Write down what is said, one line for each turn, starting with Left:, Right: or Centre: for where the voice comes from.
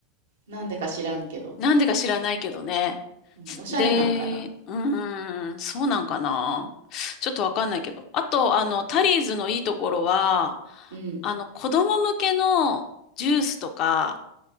Right: なんでか知らんけど。
Left: なんでか知らないけどね。
Right: うん、おしゃれなんかな。
Left: で、うん、そうなんかな。ちょっとわかんないけど。あと、あの、タリーズのいいところは、
Right: うん。
Left: あの、子供向けのジュースとか